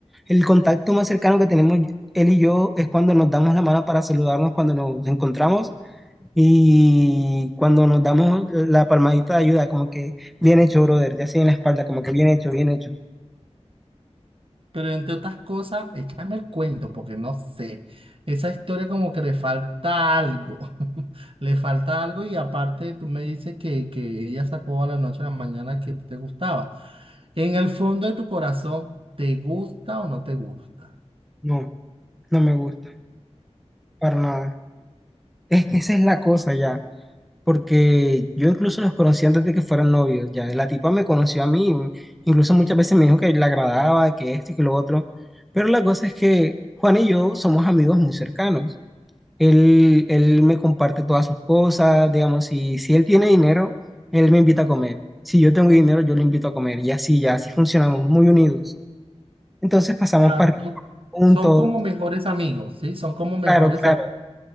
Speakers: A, in the centre; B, on the right.
A: El contacto más cercano que tenemos él y yo es cuando nos damos la mano para saludarnos cuando nos encontramos y cuando nos damos la palmadita de ayuda, como que bien hecho, brother, ya así en la espalda, como que bien hecho, bien hecho.
B: Pero entre otras cosas, échame el cuento, porque no sé. Esa historia como que le falta algo. <laughs> Le falta algo y aparte tú me dices que, que ella sacó a la noche a la mañana que te gustaba. En el fondo de tu corazón, ¿te gusta o no te gusta?
A: No, no me gusta, para nada. Es que esa es la cosa ya. porque yo incluso los conocí antes de que fueran novios, ya la tipa me conoció a mí, incluso muchas veces me dijo que le agradaba, que esto y que lo otro, pero la cosa es que Juan y yo somos amigos muy cercanos, él, él me comparte todas sus cosas, digamos, si, si él tiene dinero, él me invita a comer, si yo tengo dinero, yo le invito a comer, y así, ya así funcionamos, muy unidos, entonces pasamos
B: Ah,
A: para
B: son,
A: juntos,
B: son como mejores amigos, ¿sí? Son como mejores
A: claro, claro.
B: amigos.